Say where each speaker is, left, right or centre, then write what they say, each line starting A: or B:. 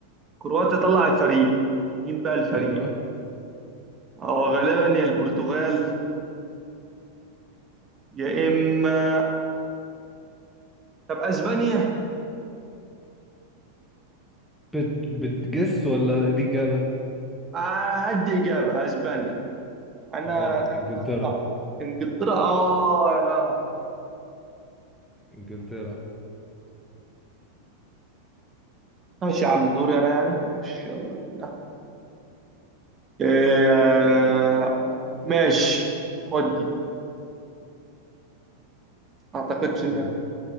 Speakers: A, on the right (about 25°); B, in the centre.
A: كرواتيا طلعت فريق مين بقى الفريق
B: ايوه
A: هو غالبا يا البرتغال يا اما طب اسبانيا
B: بت... بتجس ولا دي اجابة
A: آه هدي اجابه اسبانيا مع انها
B: غلط
A: انا خايف
B: انجلترا
A: انها تطلع انجلترا اه يا لهوي
B: انجلترا
A: ماشي يا عم دوري انا يعني ماشي يلا بينا إيه أنا... لا. ماشي خد دي ما اعتقدش انها
B: قول